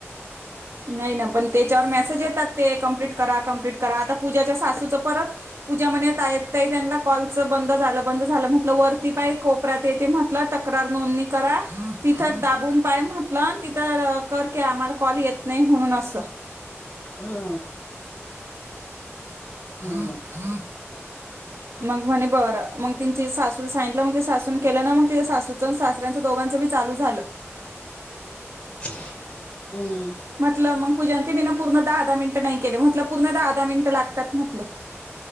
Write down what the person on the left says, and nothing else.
<inaudible>
हम्म.
<inaudible>